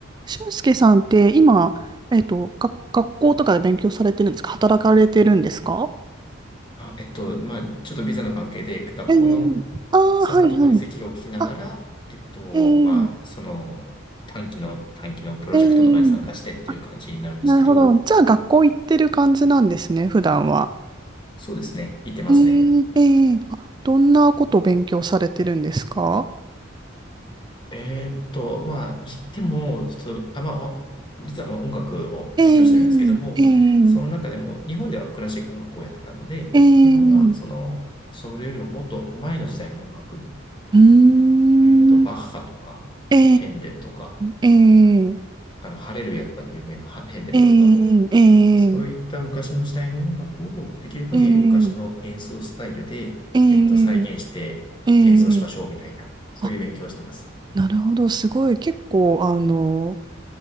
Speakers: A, on the right; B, on the left.
A: 俊介さんって今、えっと、が学校とかで勉強されてるんですか働かれてるんですか
B: あ、えっと、まあ、ちょっとビザの関係で、学校の
A: ええああー、
B: そのとこに席を置きながら、
A: はいはい。あ、
B: えっと、
A: ええ
B: まあ、その短期の、短期のプロジェクトとかに参加してっていう感じになるんですけど、
A: ええあ、なるほど。じゃあ学校行ってる感じなんですね、普段は。
B: そうですね、行ってますね。
A: ええええあ、どんなことを勉強されてるんですか
B: えーっと、まあ、行っても、ちょっと、あ、まあ、お実はまあ音楽を勉強してるんですけども、
A: ええええ
B: その中でも、日本ではクラシック音楽をやってたので、
A: ええ
B: 今は、その、それよりももっと前の時代の音楽、
A: うーん、
B: えーっと、バッハとか、
A: え
B: ヘンデルとか、
A: えええ
B: あの、ハレルヤとかで有名なヘンデルとか、
A: えええ
B: そういった昔の時代の音楽をできる限り昔の演奏スタイルで、
A: ええええ
B: えっと、再現して演奏しましょうみたいな、
A: ええ
B: そういう勉強をしてます。
A: あ、なるほど。すごい。結構、あの、